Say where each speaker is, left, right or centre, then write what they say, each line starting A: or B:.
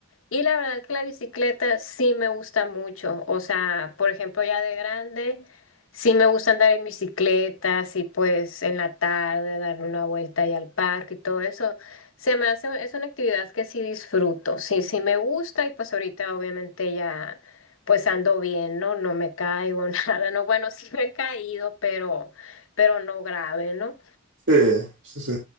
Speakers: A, on the left; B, on the right.
A: Y la verdad que la bicicleta sí me gusta mucho. O sea, por ejemplo, ya de grande, sí me gusta andar en bicicleta, así pues en la tarde, darle una vuelta ahí al parque y todo eso. Se me hace, es una actividad que sí disfruto. Sí, sí me gusta y pues ahorita obviamente ya pues ando bien, ¿no? No me caigo, <laughs> nada, ¿no? Bueno, sí me he caído, pero, pero no grave, ¿no?
B: Sí, sí, sí.